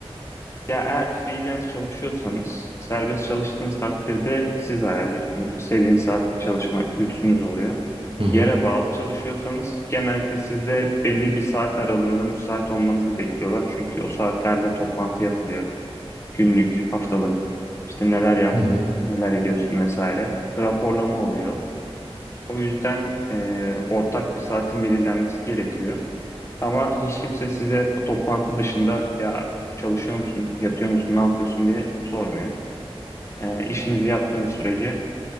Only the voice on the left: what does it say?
Ya eğer freelance çalışıyorsanız, serbest çalıştığınız takdirde siz ayarlıyorsunuz. İstediğiniz saatte çalışma lüksünüz oluyor.
Yere bağlı çalışıyorsanız genellikle sizde belli bir saat aralığında müsait olmanızı bekliyorlar. Çünkü o saatlerde toplantı yapılıyor Günlük, haftalık, işte neler yaptın,
neler ediyorsun vesaire. Raporlama oluyor. O yüzden e, ortak bir saatin belirlenmesi gerekiyor. Ama hiç kimse size o toplantı dışında ya çalışıyor musun, yatıyor musun, ne yapıyorsun diye sormuyor. E, işinizi yaptığınız sürece